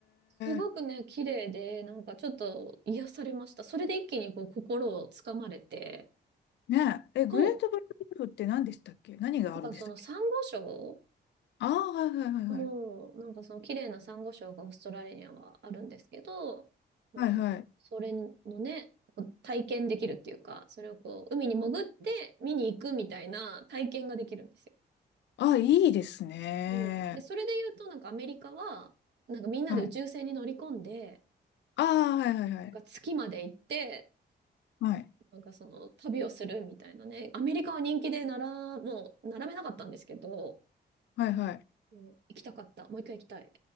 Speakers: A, on the right; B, on the left.
A: すごくね、
B: え。
A: 綺麗で、なんかちょっと癒されました。それで一気にこう、心をつかまれて、
B: ねえ。え、グレートバリアリーフって何でしたっけ何があるでしたっけ
A: そう。なんかその、珊瑚礁
B: ああー、はいはいはいはい。
A: もう、なんかその綺麗なサンゴ礁がオーストラリアはあるんですけど、まあ、
B: はいはい。
A: それのね、こう体験できるっていうか、それをこう、海に潜って見に行くみたいな体験ができるんですよ。
B: ああ、いいですね。
A: そうで、それで言うと、なんかアメリカは、なんかみんなで宇宙船に乗り込んで、
B: はいああ、はいはいはい。
A: なんか月まで行って、
B: はい。
A: なんかその旅をするみたいなね、アメリカは人気でなら、もう並べなかったんですけど、
B: はいはい。
A: もう行きたかった。もう一回行きたい。